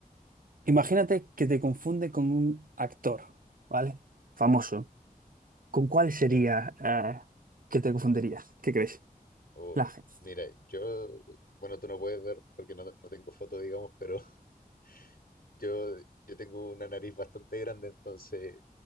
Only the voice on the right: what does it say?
imagínate que te confunde con un actor, ¿vale? Famoso. ¿Con cuál sería
eh, que te confundiría? ¿Qué crees?
La gente.